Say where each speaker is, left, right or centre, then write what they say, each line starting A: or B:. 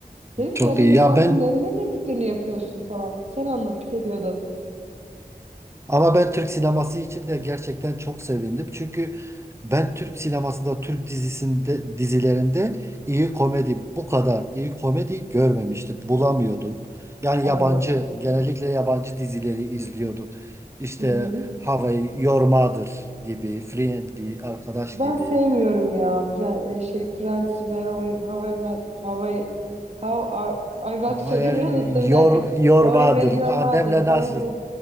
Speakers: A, on the right; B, on the right.
A: Dedim
B: Çok
A: ki ya dedim
B: iyi. Ya
A: sen
B: ben
A: bunların ne repliklerini yapıyorsun falan. Sen anlat bir şey diyordun.
B: ama ben Türk sineması için de gerçekten çok sevindim. Çünkü ben Türk sinemasında, Türk dizisinde, dizilerinde iyi komedi, bu kadar iyi komedi görmemiştim. Bulamıyordum. Yani
A: Evet.
B: yabancı, genellikle yabancı dizileri izliyorduk. İşte
A: Hı hı.
B: Hawaii Your Mother gibi, Friendly, Arkadaş
A: Ben
B: gibi.
A: sevmiyorum ya Fren- e, şey Friends ve How I, How I Met How I, How Are- Ay bak söylemiyorum
B: Hayır,
A: da
B: Your,
A: bir dakika.
B: Your
A: How
B: Mother,
A: I Met Your
B: Annemle
A: Mother. How
B: Nasıl.
A: I Met